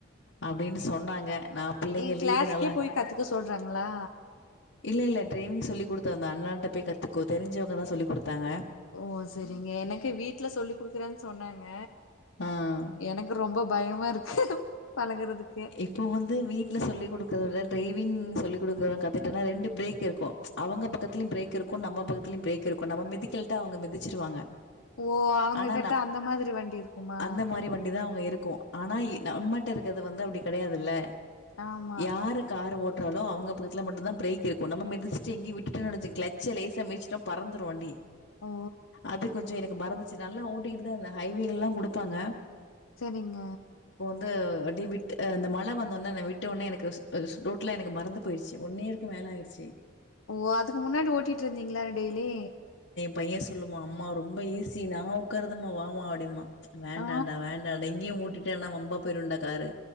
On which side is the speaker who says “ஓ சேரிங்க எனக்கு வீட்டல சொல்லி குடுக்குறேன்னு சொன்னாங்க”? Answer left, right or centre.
Left